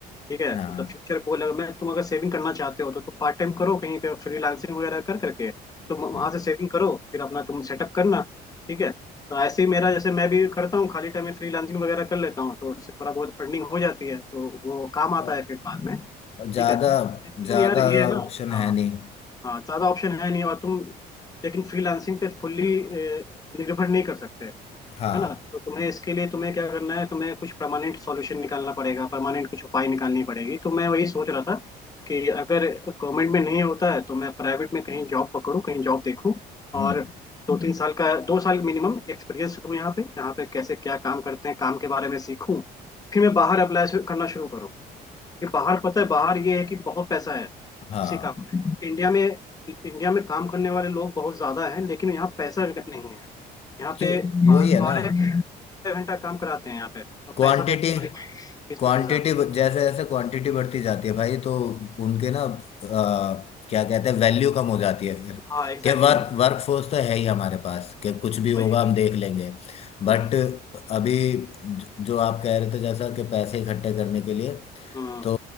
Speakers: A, on the left; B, on the left.
A: ठीक है
B: हाँ
A: मतलब फ्यूचर गोल अगर मैं तुम अगर सेविंग करना चाहते हो तो तुम पार्ट टाइम करो कहीं पे फ्रीलांसिंग वगैरह कर करके तुम वहां
B: हाँ
A: से सेविंग करो फिर अपना तुम सेटअप करना ठीक है तो ऐसे ही मेरा जैसे मैं भी करता हूँ खाली टाइम में फ्रीलांसिंग वगैरह कर लेता हूँ तो उससे थोड़ा बहुत अर्निंग हो जाती है तो वो काम आता
B: और
A: है फिर बाद में ठीक
B: ज्यादा
A: है लेकिन
B: ज्यादा
A: यार ये है ना
B: ऑप्शन
A: हाँ
B: है नहीं
A: हाँ ज्यादा ऑप्शन है नहीं और तुम लेकिन फ्रीलांसिंग पे फुल्ली निर्भर नहीं कर सकते
B: हाँ
A: है ना तो तुम्हें इसके लिए तुम्हें क्या करना है तुम्हें कुछ परमानेंट सॉल्यूशन निकालना पड़ेगा परमानेंट कुछ उपाय निकालनी पड़ेगी तो मैं वही सोच रहा था कि अगर गवर्नमेंट में नहीं होता है तो मैं प्राइवेट में कहीं जॉब पकड़ूँ कहीं जॉब देखूँ
B: हम्म
A: और दो तीन साल का दो साल मिनिमम एक्सपीरियंस लूँ यहाँ पे यहाँ पे कैसे क्या काम करते हैं काम के बारे में सीखूँ फिर मैं बाहर अप्लाई करना शुरू करूँ कि बाहर पता है बाहर ये है कि बहुत पैसा है
B: हाँ
A: उसी काम में इंडिया में इंडिया में काम करने वाले लोग बहुत ज्यादा हैं लेकिन यहाँ पैसा नहीं है यहाँ
B: क्यों
A: पे बा-
B: वही है
A: बारह
B: ना
A: बारह घंटा काम कराते हैं यहाँ पे और
B: क्वांटिटी
A: पैसा देते हैं बीस
B: क्वांटिटी
A: पच्चीस हजार
B: जैसे जैसे क्वांटिटी बढ़ती जाती है भाई तो उनके ना आ, क्या कहते हैं वैल्यू कम हो जाती है फिर
A: हाँ एग्जैक्टली
B: कि वर्क
A: भाई
B: वर्क फोर्स तो है ही हमारे पास कि कुछ भी होगा
A: वही भाई
B: हम देख लेंगे बट
A: हम्म
B: अभी ज- जो आप कह रहे थे जैसा कि पैसे इकट्ठे करने के लिए
A: हम्म
B: तो